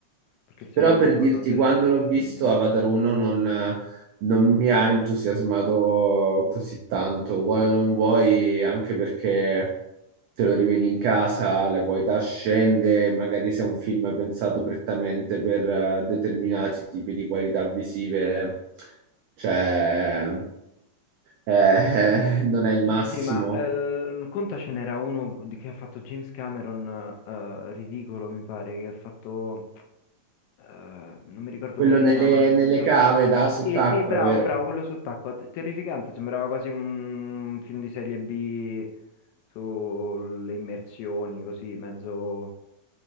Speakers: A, on the left; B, on the right.
A: perché il
B: Però
A: secondo
B: per
A: non mi
B: dirti,
A: ha veramente
B: quando
A: lasciato
B: l'ho visto,
A: niente.
B: Avatar 1 non, non mi ha entusiasmato così tanto. Vuoi o non vuoi, anche perché te lo rivedi in casa, la qualità scende, magari se è un film pensato prettamente per eh, determinati tipi di qualità visive, cioè, eh, <laughs> non è il
A: Sì,
B: massimo.
A: sì, ma eh, conta ce n'era uno di che ha fatto James Cameron, eh, ridicolo mi pare, che ha fatto, eh, non mi ricordo
B: Quello
A: come si
B: nelle,
A: chiama, so-
B: nelle
A: sotto...
B: cave da sott'acqua,
A: Sì, sì, bravo,
B: vero?
A: bravo, quello sott'acqua, te- terrificante, sembrava quasi un film di serie B sulle immersioni, così, mezzo...